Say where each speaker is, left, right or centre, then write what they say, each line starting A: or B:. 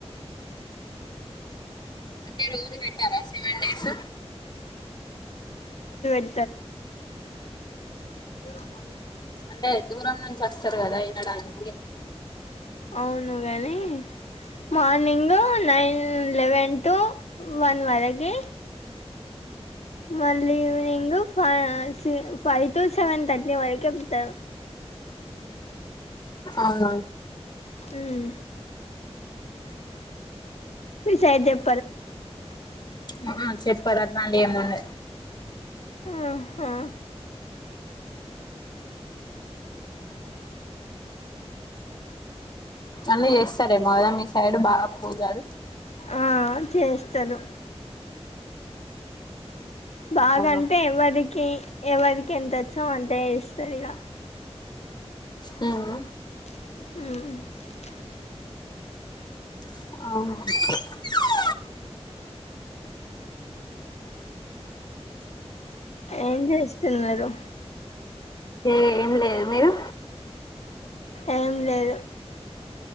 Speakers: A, on the left (about 45°); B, on the left (about 75°).
A: అంటే రోజు పెట్టారా సెవెన్ డేస్
B: సరే దూరమ మీకు
A: అంటే దూరం నుంచి వస్తారు కదా వినడానికి
B: అవును గాని morning nine eleven two one వరకి
A: మ్మ్
B: మళ్ళీ ఈవినింగు పై సి ఫైవ్ టు సెవెన్ థర్టీ వరకే ఉంతారు
A: అవునా
B: హ్మ్ మీ సైడ్ చెప్
A: మ్మ్ హ్మ్ చెప్ పదా అట్లాంటివ్ ఏమున్నాయ్
B: ఆహా
A: అన్ని చేస్తారేమో కదా మీ సైడ్ బాగా పూజలు
B: ఆ చేస్తాను బాగాంటే
A: అవును
B: ఎవరికి ఎవరి కి ఎంతోచ్చో అంతె ఇస్తది ఈగ
A: మ్మ్ హ్మ
B: మ్మ్
A: అవున
B: ఏం చేస్తున్నారు
A: ఏ ఏం లేదు మీరు
B: ఏం లేదు